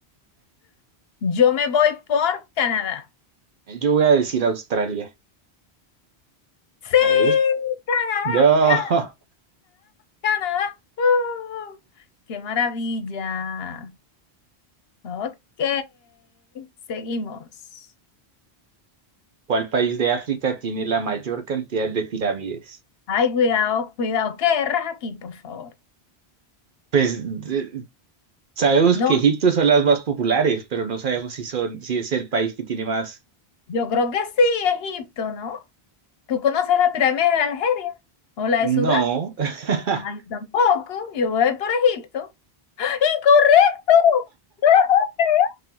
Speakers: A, on the left; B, on the right.
A: Yo me voy por Canadá.
B: Yo voy a decir Australia.
A: Sí,
B: A ver.
A: Canadá,
B: No.
A: Canadá, Canadá. Canadá. ¡Uh! ¡Qué maravilla! Ok, seguimos.
B: <laughs> ¿Cuál país de África tiene la mayor cantidad de pirámides?
A: Ay, cuidado, cuidado. ¿Qué erras aquí, por favor?
B: Pues de- sabemos
A: No,
B: que Egipto son las más populares, pero no sabemos si son, si es el país que tiene más.
A: yo creo que sí, Egipto, ¿no? ¿Tú conoces la pirámide de Algeria o la
B: No.
A: de Sudán?
B: <laughs>
A: Ay, yo tampoco. Yo voy por Egipto. ¡Ah! ¡Incorrecto! ¡No lo puedo creer!